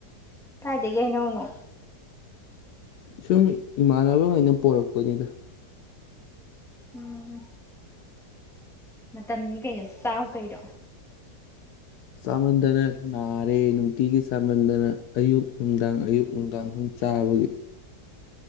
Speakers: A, in the centre; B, on the left (about 75°).
A: ꯀꯥꯏꯗꯒꯩꯅꯧꯅ
B: ꯁꯨꯝ ꯏꯃꯥꯟꯅꯕꯉꯩꯅ ꯄꯣꯔꯛꯄꯅꯤꯗ
A: ꯎꯝ ꯃꯇꯝꯁꯤ ꯀꯩꯅꯣ ꯆꯥꯎ ꯀꯩꯅꯣ
B: ꯆꯥꯃꯟꯗꯅ ꯅꯥꯔꯦ ꯅꯨꯡꯇꯤꯒꯤ ꯆꯥꯃꯟꯗꯅ ꯑꯌꯨꯛ ꯅꯨꯡꯗꯥꯡ ꯑꯌꯨꯛ ꯅꯨꯡꯗꯥꯡ ꯑꯍꯨꯝ ꯆꯥꯕꯒꯤ